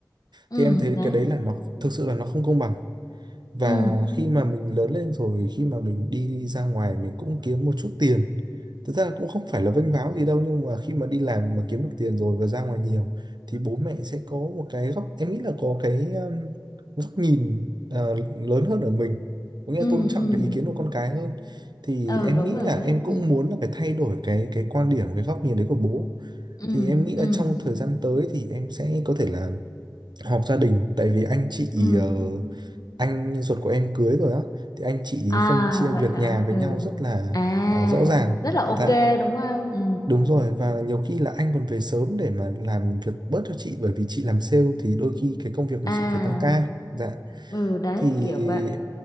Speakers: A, on the left; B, on the right.
A: ừ
B: thì em thấy
A: đấy
B: cái đấy là nó thực sự là nó không công bằng và
A: ừ
B: khi mà mình lớn lên rồi khi mà mình đi ra ngoài mình cũng kiếm một chút tiền thực ra cũng không phải là vênh váo gì đâu nhưng mà khi mà đi làm mà kiếm được tiền rồi và ra ngoài nhiều thì bố mẹ sẽ có một cái góc em nghĩ là có cái um, góc nhìn ờ, lớn hơn ở mình có nghĩa
A: ừ
B: là tôn trọng
A: ừ
B: cái ý kiến của con cái hơn thì
A: ừ
B: em
A: đúng
B: nghĩ
A: rồi
B: là
A: đấy,
B: em cũng
A: ừ
B: muốn là phải thay đổi cái cái quan điểm cái góc nhìn đấy của bố
A: ừ
B: thì em nghĩ là
A: ừ
B: trong thời gian tới thì em sẽ có thể là họp gia đình tại vì anh chị
A: ừ
B: ờ, anh ruột của em cưới rồi á thì anh chị
A: à
B: phân chia
A: vậy
B: việc
A: hả
B: nhà với
A: ừ
B: nhau rất là
A: à
B: ờ, rõ ràng
A: rất là ok
B: Dạ,
A: đúng không ừ
B: Đúng rồi và nhiều khi là anh còn về sớm để mà làm việc bớt cho chị bởi vì chị làm sale thì đôi khi cái công việc của
A: à
B: chị phải tăng ca dạ
A: ừ đấy
B: thì
A: kiểu vậy